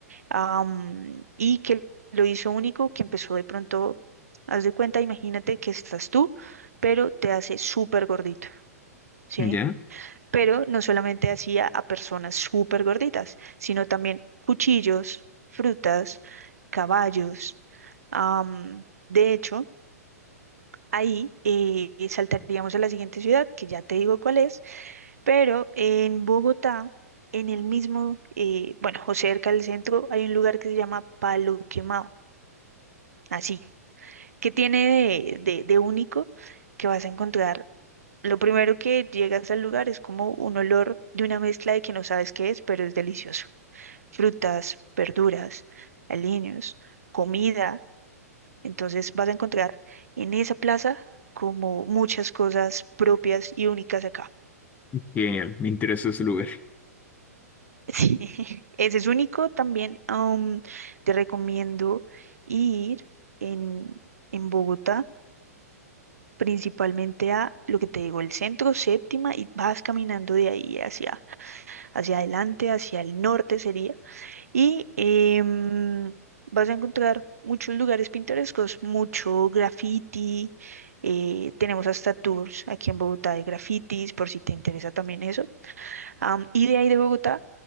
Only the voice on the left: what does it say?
¿Ya?
Genial, me interesa ese lugar.